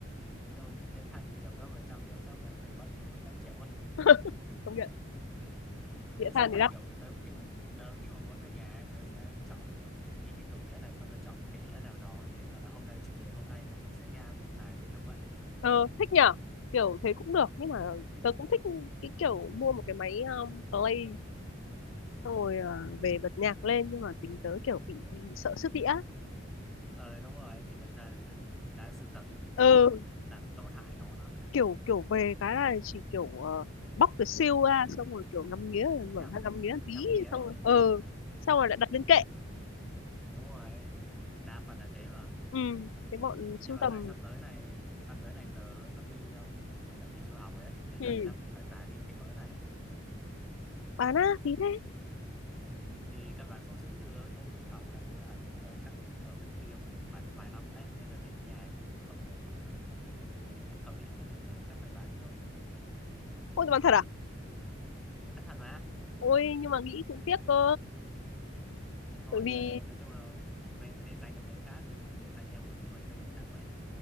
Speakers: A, in the centre; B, on the left.
A: tôi đĩa than thì nhiều cơ mà trong đĩa chắc là phải mất còn mấy trăm triệu quá
B: <laughs> Công nhận,
A: thế
B: đĩa
A: xong
B: than
A: rồi
B: thì đắt.
A: kiểu tớ khi tớ khi mà muốn về nhà ấy, tớ sẽ chọn kiểu nhìn cái tủ đĩa này xong tớ chọn một cái đĩa nào đó để gọi là hôm nay chủ đề hôm nay là mình sẽ nghe album này kiểu vậy
B: Ờ, thích nhở? Kiểu thế cũng được, nhưng mà tớ cũng thích cái kiểu mua một cái máy um, play xong rồi ờ, về bật nhạc lên nhưng mà tính tớ kiểu bị, bị sợ sức đĩa.
A: Ờ đúng rồi, thì thật ra là mình đang sưu tập thì mình cũng
B: Ừ,
A: không muốn làm tổn hại nó lắm.
B: kiểu kiểu về cái là chỉ kiểu ờ, bóc cái siêu ra xong rồi kiểu ngắm nghía rồi
A: Ngắm,
B: mở ra ngắm nghía tí
A: ngắm nghía ấy.
B: xong rồi ừ, xong rồi lại đặt lên kệ.
A: Đúng rồi, đa phần là thế mà.
B: Ừ, cái bọn
A: Nhưng
B: sưu
A: mà
B: tầm.
A: tại sắp tới này, sắp tới này tớ sắp đi um, kiểu đi du học ấy, nên
B: Ừ,
A: là chắc cũng phải bán đi cái mớ này.
B: bán á, phí thế.
A: Thì các bạn không giữ được, tớ đi du học là tớ hẳn ở chắc cũng ở bên kia phải vài năm ấy, nên là để ở nhà cũng không được mà. Nói chung cầm đi cũng không được nên là chắc phải bán đi thôi.
B: Ôi, bán thật à?
A: Nói thật mà.
B: ôi nhưng mà nghĩ cũng tiếc cơ
A: Thôi
B: bởi vì
A: kệ, nói chung là mình để dành cho người khác, mình để dành niềm vui của mình cho người khác vậy.